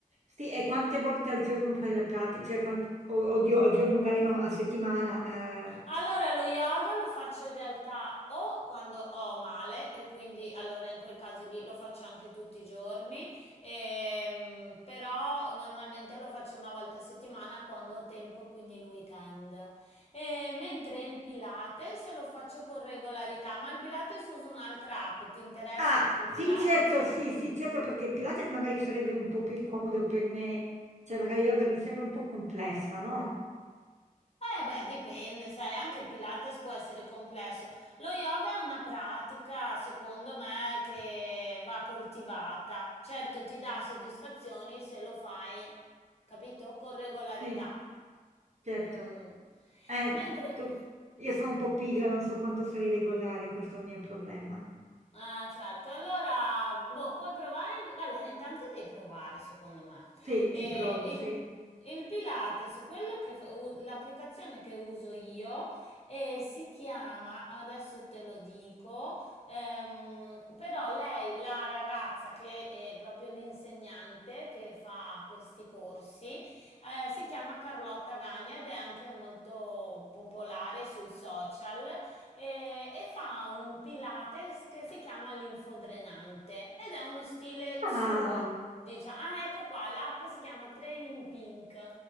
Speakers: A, on the right (about 55°); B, on the left (about 45°).
A: Sì, e quante volte al giorno fai la pratica? Cioè, qual- o- oddio, al giorno magari no, a settimana. eh.
B: Allora, lo yoga lo faccio in realtà o quando ho male, e quindi allora in quel caso lì lo faccio anche tutti i giorni, ehm, però normalmente lo faccio una volta a settimana quando ho tempo, quindi il weekend. E mentre il Pilates lo faccio con regolarità, ma il Pilates uso un'altra app, ti interessa
A: Ah,
B: anche il
A: sì,
B: Pilates?
A: certo, sì, sì, certo, perché Pilates magari sarebbe un po' più comodo per me, cioè magari yoga mi sembra un po' complessa, no?
B: Eh beh, dipende, sai, anche il Pilates può essere complesso. Lo yoga è una pratica, secondo me, che va coltivata. Certo, ti dà soddisfazioni se lo fai, capito? Con regolarità.
A: Sì, certo.
B: Mm.
A: Eh,
B: Mentre
A: tu- io sono un po' pigra, non so quanto sarei regolare, questo è il mio problema.
B: Ah, certo. Allora, boh, puoi provare anche... Allora, intanto devi provare, secondo me.
A: Sì,
B: Eh,
A: ci provo,
B: il,
A: sì.
B: il Pilates, quello che fa- u- l'applicazione che uso io eh, si chiama, adesso te lo dico, ehm, però lei, la ragazza che è proprio l'insegnante, che fa questi corsi, eh, si chiama Carlotta Gagna ed è anche molto popolare sui social eh, e, fa un Pilates che si chiama l'infodrenante ed è uno stile suo.
A: Ah,
B: Diciamo, ah, ecco qua, l'app si chiama Training Pink.